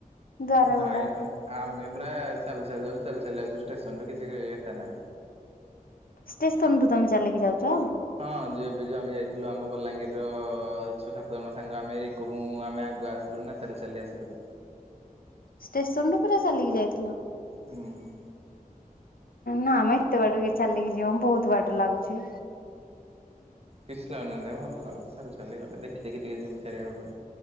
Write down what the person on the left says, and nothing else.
ଦ୍ଵାର
ଗୁଡାକ
ଷ୍ଟେସନରୁୁ ତମେ ଚାଲିକି ଯାଉଛ?
ଷ୍ଟେସନ ରୁ ପୁରା ଚାଲିକି ଯାଇଥିଲ।
ନା ଆମେ ଏତେ ବାଟ କିଏ ଚାଲିକି ଯିବ ବହୁତ ବାଟ ଲାଗୁଚି।